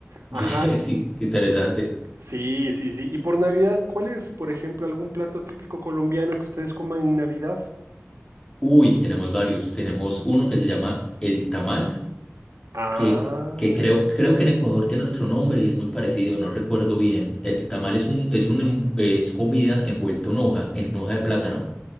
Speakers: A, on the right; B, on the left.
A: Ajá,
B: <laughs> Sí, qué interesante.
A: Sí, sí, sí. Y por Navidad, ¿cuál es, por ejemplo, algún plato típico colombiano que ustedes coman en Navidad?
B: Uy, tenemos varios. Tenemos uno que se llama el tamal,
A: Ah,
B: que, que creo, creo que en Ecuador tiene otro nombre y es muy parecido, no recuerdo bien. El tamal es un, es un, envu- es comida envuelta en hoja, en hoja de plátano.